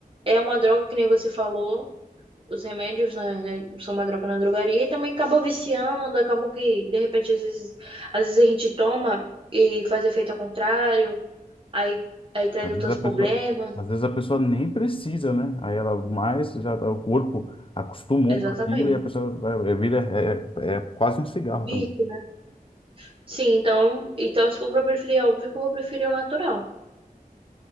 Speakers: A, on the right; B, on the left.
A: É uma droga, que nem você falou, os remédios, né, são uma droga na drogaria e também acaba viciando, acaba que, de repente, às vezes, às vezes a gente toma e faz efeito ao contrário, aí, aí traz
B: Às
A: outros
B: vezes a
A: problemas.
B: pessoa, às vezes a pessoa nem precisa, né? Aí ela mais já tá- o corpo acostumou
A: Exatamente.
B: com aquilo e a pessoa vai- é, vira é, é é quase um cigarro
A: Vício,
B: também.
A: né? Sim, então, então se for pra preferir, é óbvio que eu vou preferir o natural.